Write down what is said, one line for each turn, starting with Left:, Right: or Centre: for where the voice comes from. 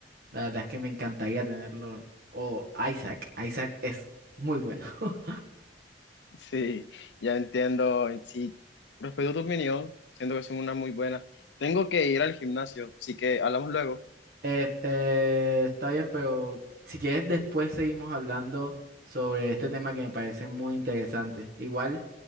Right: La verdad es que me encantaría tenerlo. O Isaac. Isaac es muy bueno. <laughs>
Left: Sí, ya entiendo. Sí, respeto tu opinión, siento que son una muy buena Tengo que ir al gimnasio, así que hablamos luego.
Right: Eh, eh, está bien, pero si quieres después seguimos hablando sobre este tema que me parece muy interesante. Igual